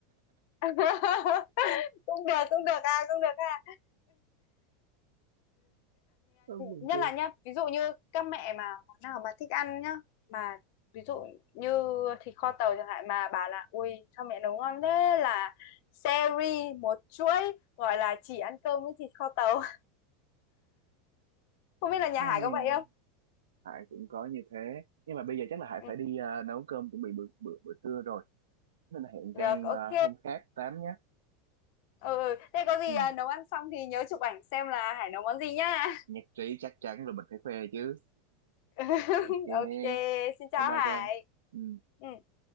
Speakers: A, on the left; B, on the right.
A: <laughs> cũng được cũng được à cũng được à
B: Ôi, buồn
A: nhất
B: cười.
A: là nhá ví dụ như các mẹ mà món nào mà thích ăn nhá mà ví dụ như thịt kho tàu chẳng hạn mà bà là ui sao mẹ nấu ngon thế là series một chuỗi gọi là chỉ ăn cơm với thịt kho tàu <laughs> không biết là nhà
B: Ai,
A: Hải có vậy không
B: Hải cũng có như thế nhưng mà bây giờ chắc là Hải
A: ừ,
B: phải đi ờ, nấu cơm chuẩn bị bữa bữa bữa trưa rồi Nên là hẹn
A: được
B: Trang
A: ok
B: à, hôm khác tám nhé.
A: ừ ừ. thế có gì
B: Ừ.
A: à, nấu ăn xong thì nhớ chụp ảnh xem là Hải nấu món gì nhá
B: Nhạc trí chắc chắn là mình phải khoe chứ.
A: <laughs>
B: Ok. Bye
A: ok xin chào
B: bye
A: Hải
B: Trang. Ừ.
A: ừ.